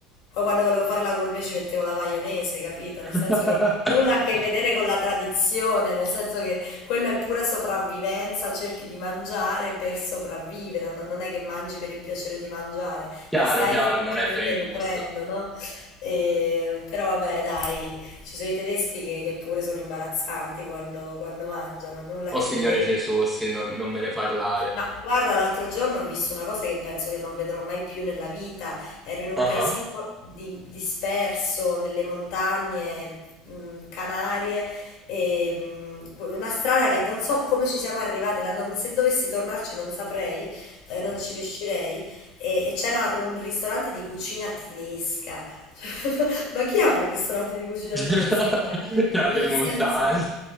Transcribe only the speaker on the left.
poi quando volevo fare la gourmet ci mettevo la maionese, capito? Nel
senso che nulla a che vedere con la tradizione, nel senso che quello è pura sopravvivenza, cerchi di mangiare per sopravvivere, no- non è che mangi per il piacere di mangiare,
ti stai
semplicemente
nutrendo,
no? E- però vabbè, dai, ci sono i tedeschi che, che pure sono imbarazzanti quando, quando mangiano, nulla a
che
vedere
ma guarda, l'altro giorno ho visto una cosa che penso che non vedrò mai più nella vita. Ero in un
paesino
di- disperso nelle montagne mh, Canarie, e, mh, una strada che non so come ci siamo arrivati, la- non- se dovessi tornarci non saprei, eh, non ci riuscirei. E, e c'era un ristorante di cucina tedesca. <laughs> Ma chi apre un ristorante di cucina
tedesca? Dai.
Nel
senso,